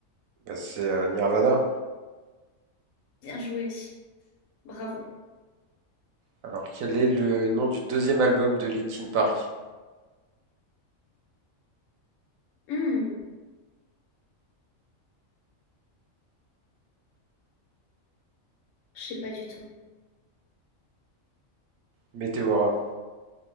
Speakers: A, on the right; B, on the left.
A: Bah, c'est euh, Nirvana.
B: Bien joué. Bravo.
A: Alors, quel est le nom du deuxième album de Linkin Park?
B: Hmm, je sais pas du tout.
A: Meteora.